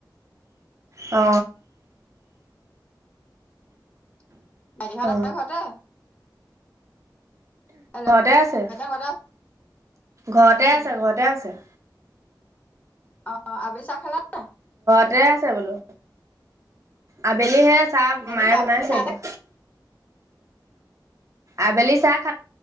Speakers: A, on the right; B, on the left.
A: অ
B: বাইটী ভাল
A: অ
B: তে ঘৰতে হেল্ল'
A: ঘৰতে আছে
B: ভাইটিহঁত ঘৰতে আছে?
A: ঘৰতে
B: উম
A: আছে ঘৰতে আছে
B: অ আবি চা খেলা ন
A: ততে আছে বোলো আবেলিহে আ চাহ
B: জানিছো
A: মায়ে
B: আবেলি
A: বনাইছে
B: চাহ
A: এতিয়া
B: তাহ
A: আবেলি চাক